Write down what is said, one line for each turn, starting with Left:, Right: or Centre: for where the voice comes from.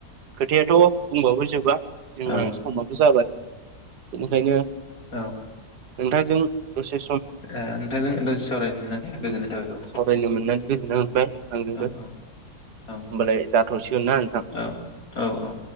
Right: खोथायाथ' बुंबाबो जोबा जोंहा
Left: औ
Right: समाबो जाबाय बेनिखायनो
Left: औ
Right: नोंथांजों दसे सम
Left: ओ नोंथांजों दसे सावरायनो मोननानै गोजोननाय
Right: उम
Left: थाबाय औ
Right: सावरायनो मोननानै गोजोननाय मोनबाय आंजोंबो
Left: औ औ।
Right: होमबालाय जाथ'सिगोनना नोंथां।
Left: औ औ औ